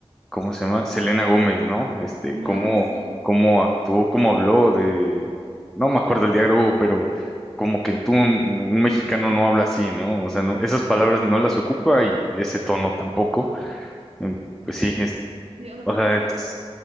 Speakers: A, in the centre; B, on the right.
A: cómo se llama, Selena Gómez, ¿no? Este,
B: ah,
A: cómo,
B: sí,
A: cómo actuó, cómo habló de, no me acuerdo el diálogo, pero como que tú, un, un mexicano no habla así, ¿no? O sea, no, esas palabras no las ocupa y ese tono tampoco. Em, Pues sí, es.
B: sí, o sea,
A: O
B: frases,
A: sea, es-